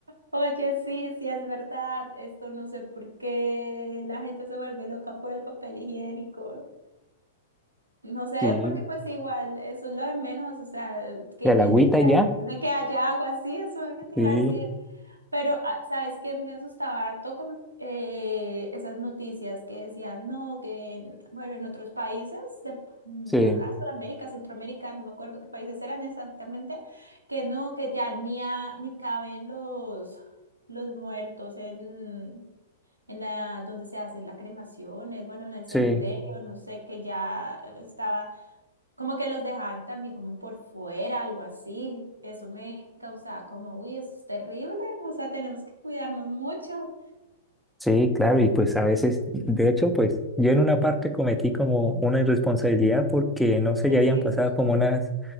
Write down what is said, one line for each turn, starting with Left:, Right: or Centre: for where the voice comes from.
Right: Oye, sí, sí, es verdad. Esto no sé por qué la gente se vuelve loca por el papel higiénico. No sé,
Centre: Sí,
Right: porque pues igual, eso es lo de menos, o sea, que
Centre: de
Right: desde
Centre: la agüita
Right: que,
Centre: y
Right: hay-
Centre: ya.
Right: de que haya agua así, eso es lo que te
Centre: Sí,
Right: iba a decir. Pero, ah, ¿sabes qué? Me asustaba harto como eh, esas noticias que decían, no, que, en- bueno, en otros países, de, mm,
Centre: sí,
Right: acá, Sudamérica, Centroamérica, no me acuerdo qué países eran exactamente, que no, que ya ni, a- ni caben los, los muertos en en la donde se hacen las cremaciones, bueno, en el cementerio,
Centre: sí.
Right: no sé, que ya estaba como que los dejaban también como por fuera, algo así. Eso me causaba como, uy, eso es terrible, o sea, tenemos que cuidarnos mucho.
Centre: Sí, claro, y pues a veces, de hecho, pues yo en una parte cometí como una irresponsabilidad porque no sé,
Right: Existe.
Centre: ya habían pasado como unas